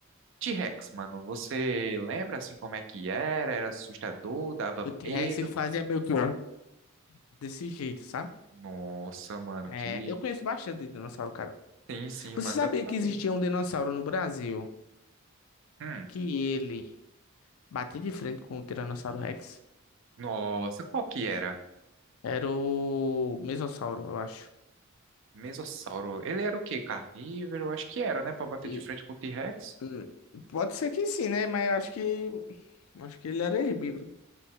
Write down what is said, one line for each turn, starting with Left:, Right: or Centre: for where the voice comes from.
Right: T-Rex, mano, você lembra assim como é que era? Era assustador, dava
Left: O T-Rex
Right: medo?
Left: ele fazia meio que desse jeito, sabe?
Right: Nossa, mano,
Left: É,
Right: que...
Left: eu conheço bastante de dinossauro, cara.
Right: Sim, sim,
Left: Você
Right: mano,
Left: sabia
Right: dá pra
Left: que existia
Right: ver.
Left: um dinossauro no Brasil
Right: Hum,
Left: que ele batia de frente com o Tiranossauro Rex?
Right: nossa, qual que era?
Left: Era o Mesossauro, eu acho.
Right: Mesossauro. Ele era o quê? Carnívoro? Acho que era, né? Pra bater
Left: E
Right: de frente com o T-Rex.
Left: Hum, Pode ser que sim, né? Mas eu acho que. Acho que ele era herbívoro.